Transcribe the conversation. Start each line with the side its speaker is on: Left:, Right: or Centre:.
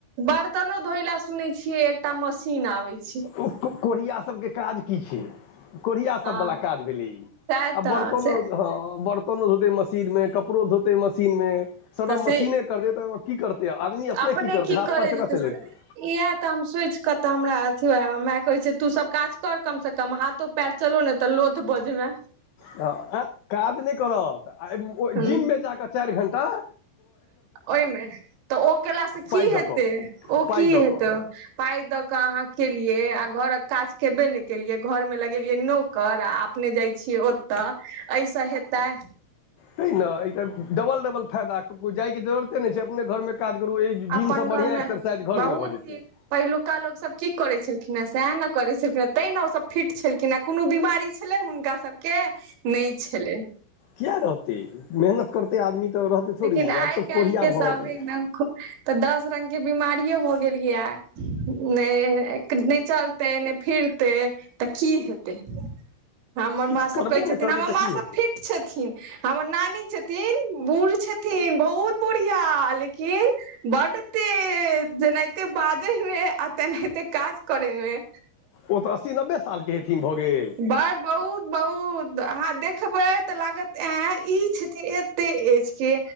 Right: बर्तनो धोय ले सुने छिये एकटा मशीन आबे छै
Left: कोढ़िया सभकेँ काज की छै कोढ़िया सभ
Right: हँ
Left: वाला काज भेलै ई
Right: सएह
Left: आ
Right: तऽ
Left: बर्तनो
Right: सएह
Left: ह बर धोतेै मशीन मे कपड़ो धोतेै मशीन मे सबटा
Right: तऽ से
Left: मशीने करतै तऽ की करतै आदमी
Right: अपने
Left: करतै
Right: की
Left: हाथ
Right: करै
Left: पैर केना
Right: जेतै
Left: चलेतै
Right: इएह तऽ हम सोच कऽ तऽ हमरा माय कहै छै तू सब काज कर कम से कम हाथो पायर चलु ने तऽ लोथ बजबै
Left: ह काज नहि करत आ
Right: ह
Left: जिममे जा कऽ चारि घं्टा
Right: ओहिमे तऽ ओ केलास से
Left: पाइ
Right: की हेतै
Left: दऽ कऽ
Right: ओ
Left: पाइ
Right: की
Left: दऽ
Right: हेतै
Left: कऽ
Right: पाइ दऽकाँ केलियै आ घरक काज केबे नहि केलियै घरमे लगेलियै नौोककर आ अपने जाइ छियै तऽ ऐस हेताै
Left: त ने ई तऽ डबल डबल फायदा कोइ जायके जरूरते नहि छै अपने घरमे काज करू एहि
Right: अपन
Left: जिमसँ बढ़िआँ
Right: घर मे
Left: एक्सरसाइज घरमे
Right: बहुत
Left: भऽ जेतै
Right: नीक पहिलुकका लोको सब की करे छल खिन ह सएह ने करे छलखिन ह ते ने ओ सब फिट छलखिन हे कोनो बीमारी छले हुनका सबके नहि छलै
Left: कििया रहतै मेहनत करतै आदमी तऽ रहतै थोड़ी
Right: लेकिन आइ
Left: आब सब
Right: काल्हि
Left: कोढ़िया
Right: के सब
Left: भऽ गेलै
Right: ह तऽ दस रंगग के बिीमारियो भ गेल गेलियै ने ने चलते नहि फिरते तऽ की हेतै हमर
Left: किछु
Right: माँ सब
Left: करबे
Right: कहै छथिन
Left: नहि करतै
Right: हमर
Left: तऽ
Right: माँ
Left: की
Right: सब
Left: हेतै
Right: फिट छथिन हमर नानी छथिन बुढ़ छथिन बहुत बुढ़िया लेकिन बड तेज जेनाहिते बाजै आ तनाहिते काज करैमे
Left: ओ तऽ अस्सी नब्बे सालके हेथिन भऽ गेल
Right: बड़ बहुत बहुत अहाँ देखबै तऽ लागत ऐं ई छथिन एते एज के